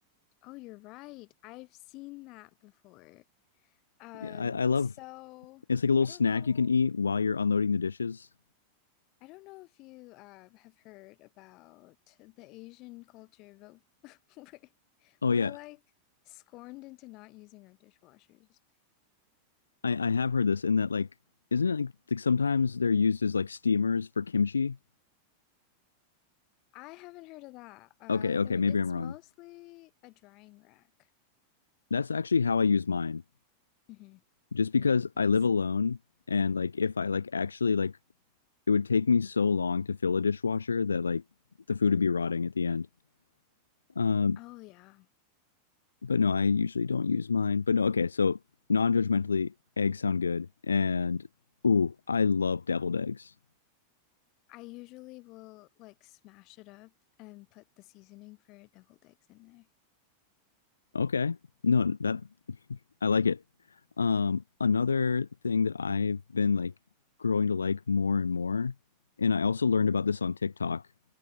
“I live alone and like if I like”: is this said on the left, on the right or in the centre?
Left